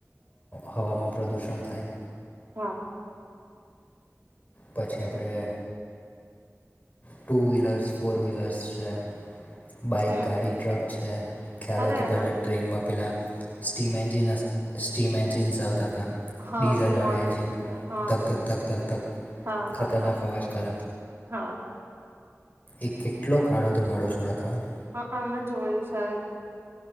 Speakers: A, on the left; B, on the right.
A: હવામાં પ્રદુષણ થાય.
B: હા.
A: પછી આપણે ટુ વ્હીલર્સ ફોર વ્હીલર્સ છે. બાઈક
B: હમ
A: ગાડી ટ્રક છે, ખ્યાલ
B: અરે
A: હોય તો પેલા
B: ના
A: ટ્રેનમાં પેલા સ્ટીમ એન્જિન સ્ટીમ એન્જિન જવત
B: હા
A: ડીઝલ
B: ધુમાડો
A: વાળા જન
B: નીકળે હા
A: ધક ધક ધક ધક ધક.
B: હા
A: ખતરનાક
B: હા હા,
A: અવાજ કરે
B: હા.
A: એ કેટલો કાળો ધુમાડો છોડા ખાવ.
B: હ અમે જોયું સાહેબ,